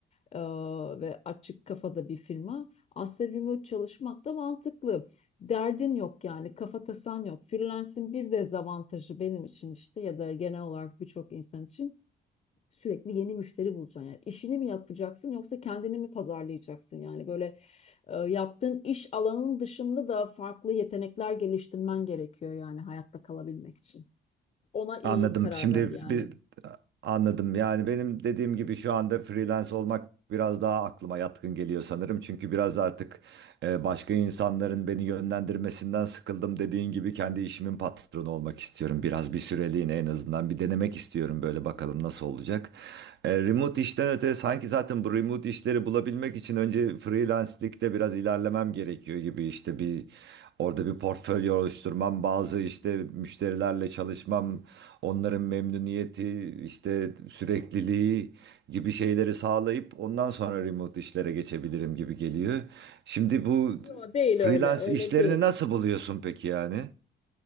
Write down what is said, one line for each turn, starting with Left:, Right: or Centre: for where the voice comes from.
Left: e, ve açık kafada bir firma aslında remote çalışmak da mantıklı derdin yok yani kafa tasan yok. Freelance'in bir dezavantajı benim için işte ya da genel olarak birçok insan için sürekli yeni müşteri bulacaksın. Yani işini mi yapacaksın yoksa kendini mi pazarlayacaksın? Yani böyle e, yaptığın iş alanının dışında da farklı yetenekler geliştirmen gerekiyor yani hayatta kalabilmek için ona iyi
Right: Anladım.
Left: karar
Right: Şimdi
Left: verdi yani.
Right: bir anladım. Yani benim dediğim gibi şu anda freelance olmak biraz daha aklıma yatkın geliyor sanırım. Çünkü biraz artık e, başka insanların beni yönlendirmesinden sıkıldım. Dediğin gibi kendi işimin patronu olmak istiyorum. Biraz bir süreliğine en azından bir denemek istiyorum böyle bakalım nasıl olacak. E, remote işten öte sanki zaten bu remote işleri bulabilmek için önce freelance'likte biraz ilerlemem gerekiyor gibi işte bir Orada bir portfolyo oluşturmam, bazı işte müşterilerle çalışmam, onların memnuniyeti, işte sürekliliği gibi şeyleri sağlayıp ondan sonra remote işlere geçebilirim gibi geliyor. Şimdi bu
Left: Yo değil
Right: freelance
Left: öyle. Öyle
Right: işlerini
Left: değil.
Right: nasıl buluyorsun peki yani?